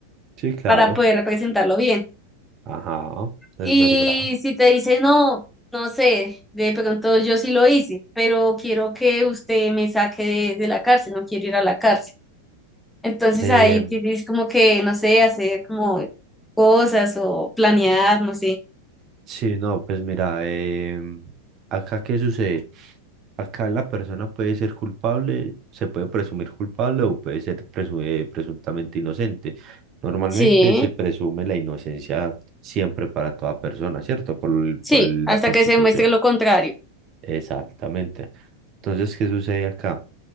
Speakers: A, on the right; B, in the centre.
A: Sí, claro,
B: para poder representarlo bien.
A: ajá, es
B: Y
A: verdad.
B: si te dice no, no sé, de pronto yo sí lo hice, pero quiero que usted me saque de, de la cárcel, no quiero ir a la cárcel. Entonces
A: Eh,
B: ahí tienes como que, no sé, hacer como cosas o planear, no sé.
A: sí, no, pues mira, em, acá qué sucede. Acá la persona puede ser culpable, se puede presumir culpable o puede ser presu- eh, presuntamente inocente. Normalmente
B: Sí,
A: se presume la inocencia siempre para toda persona, ¿cierto? Por, el-
B: sí,
A: por el-
B: hasta
A: la Constitución.
B: que se muestre lo contrario.
A: Exactamente. Entonces, ¿qué sucede acá?